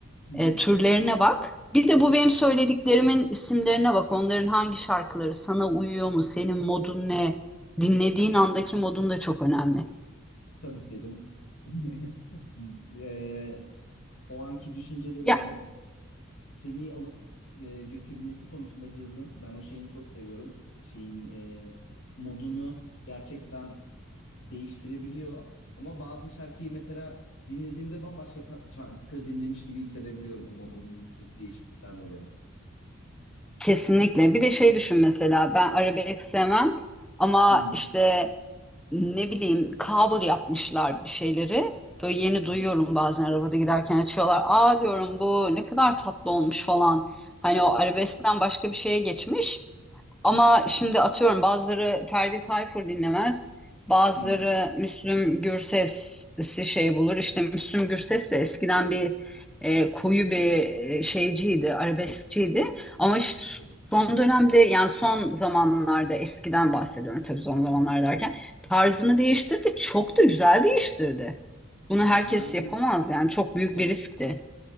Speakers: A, on the left; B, in the centre.
A: Hı hı.
B: E, türlerine bak. Bir de bu benim söylediklerimin isimlerine bak. Onların hangi şarkıları sana uyuyor mu? Senin modun ne? Dinlediğin andaki
A: Hı hı.
B: modun da çok önemli.
A: Tabii ki de canım. <laughs> Eee, o anki düşüncelerin
B: Ya
A: yani seni alıp e, götürmesi konusunda cazın ben o şeyini çok seviyorum. Şeyin e, modunu gerçekten değiştirebiliyor. Ama bazı şarkıyı mesela dinlediğimde bambaşka fa- şarkı dinlemiş gibi hissedebiliyorum o modundaki değişiklikten dolayı.
B: kesinlikle. Bir de şey düşün mesela ben arabesk sevmem ama
A: Hı hı,
B: işte ne bileyim cover yapmışlar bir şeyleri. Böyle yeni
A: hı
B: duyuyorum
A: hı,
B: bazen arabada giderken açıyorlar. Aa diyorum bu ne kadar tatlı olmuş falan. Hani o arabeskten başka bir şeye geçmiş. Ama şimdi atıyorum bazıları Ferdi Tayfur dinlemez. Bazıları
A: hı hı.
B: Müslüm Gürses'i şey bulur. İşte Müslüm Gürses de eskiden bir e, koyu bir e, şeyciydi, arabeskçiydi. Ama ş-
A: Tabii.
B: son dönemde yani son zamanlarda eskiden bahsediyorum tabii son zamanlar
A: Hı
B: derken
A: hı.
B: tarzını değiştirdi. Çok da güzel değiştirdi. Bunu
A: Ben
B: herkes
A: bir
B: yapamaz yani çok büyük
A: evet
B: bir riskti.